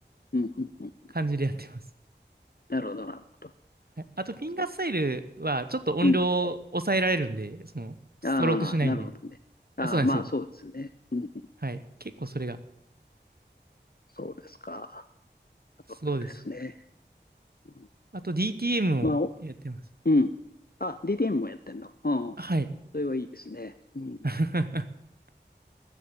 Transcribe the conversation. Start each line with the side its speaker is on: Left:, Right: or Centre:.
Left: うんうんうん。
Right: 感じでやってます。
Left: なるほど、なるほど。
Right: はいあと、フィンガースタイルは、
Left: そう。
Right: ちょっと音量を抑えられるんで、
Left: うん。
Right: その、ストロークしないんで。
Left: ああ、なるほどね。ああ、
Right: あそうなんですよ。
Left: まあそうですね。うん、
Right: はい。結構それが、
Left: そうですか。なるほどですね。
Right: そうですね。
Left: うん、
Right: あと DTM
Left: まあ、
Right: をやってます。
Left: おうん。あ、DTM もやってんの。うん。
Right: はい。
Left: それはいいですね。うん。
Right: <laughs>